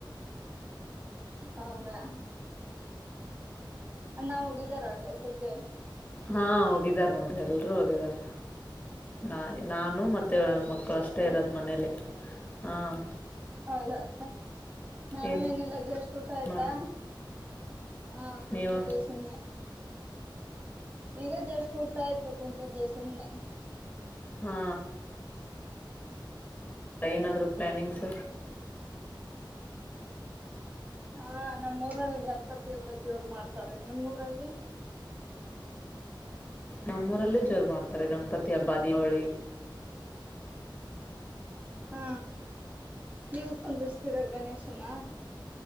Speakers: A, on the right (about 20°); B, on the left (about 20°).
A: ಹೌದಾ ಅಣ್ಣ ಹೋಗಿದಾರ ಕೆಲ್ಸಕ್ಕೆ
B: ಹಾ ಹೋಗಿದಾರ ನೋಡ್ರಿ ಎಲ್ರೂ ಹೋಗಿದಾರ ನಾ ನಾನು ಮತ್ತು
A: ಎಲ್ಲಾರು
B: ಮಕ್ಕಳು
A: ಹೋಗಿದಾರ
B: ಅಷ್ಟೇ ಇರೋದು ಮನೇಲಿ ಹಾಂ
A: ಹೌದಾ ಅಕ್ಕ ನಾನು
B: ಏನು
A: ಏನಿಲ್ಲಷ್ಟ ಊಟ ಆಯ್ತಾ
B: ಮಾಡ್ತೀವಿ
A: ಹ ಕುಂತಿದ್ದೀ
B: ನೀವು
A: ಸುಮ್ಮನೆ ಈಗ ಜಷ್ಟಟ್ ಊಟ ಆಯ್ತು ಕುೂತಿದ್ದೆ ಸುಮ್ಮ್ನೆ
B: ಹಾ ಏನಾದ್ ಪ್ಲಾನಿಂಗ್ಸ್
A: ಹಾ ನಮ್ಮೂಊರಲ್ಲಿ ಗಣಪತಿ ಹಬ್ಬ್ ಜೋರು ಮಾಡ್ತಾರೆ ನಿಮ್ಮೂರಲ್ಲಿ
B: ನಮ್ಮೂರಲ್ಲೂ ಜೋರು ಮಾಡ್ತಾರೆ ಗಣಪತಿ ಹಬ್ಬ ದೀಪವಳಿ
A: ಹಾ ನೀವ ಕುಂದಸ್ತೀರ ಗಣೇಶನ್ನ